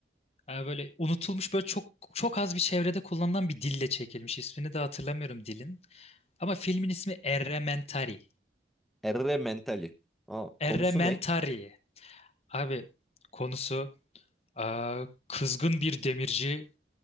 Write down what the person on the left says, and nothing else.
Yani böyle unutulmuş böyle çok çok az bir çevrede kullanılan bir dille çekilmiş. İsmini de hatırlamıyorum dilin. Ama filmin ismi Errementari.
Errementari.
Abi konusu eee, kızgın bir demirci